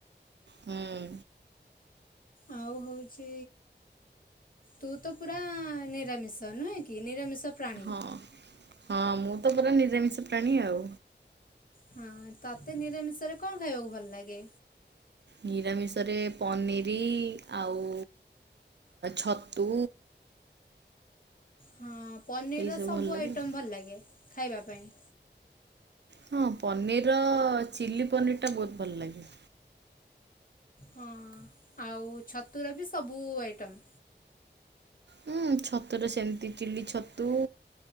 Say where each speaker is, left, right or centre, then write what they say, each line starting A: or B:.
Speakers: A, on the right (about 70°); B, on the left (about 50°).
A: ହୁଁ
B: ଆଉ ହଉଛି ତୁ ତ ପୁରା ନିରାମିଷ ନୁହେଁ କି ନିରାମିଷ। ପ୍ରାଣୀ।
A: ହଁ। ହଁ ମୁଁ ତ ପରା ନିରାମିଷ ପ୍ରାଣୀ ଆଉ।
B: ହଁ ତତେ ନିରାମିଷ ରେ କଣ ଖାଇବାକୁ ଭଲ ଲାଗେ?
A: ନିରାମିଷରେ ପନିର ଆଉ ଛତୁ
B: ହଁ। ପନିରର
A: ଏଇସବୁ
B: ସବୁ
A: ଭଲ ଲାଗେ।
B: ଆଇଟମ୍ ଭଲ ଲାଗେ। ଖାଇବା ପାଇଁ‌।
A: ହଁ ପନିରର ଚିଲି ପନିର ଟା ବହୁତ ଭଲ ଲାଗେ।
B: ହଁ ଆଉ ଛତୁର ବି ସବୁ ଆଇଟମ୍
A: ହୁଁ ଛତୁରେ ସେମିତି ଚିଲି ଛତୁ,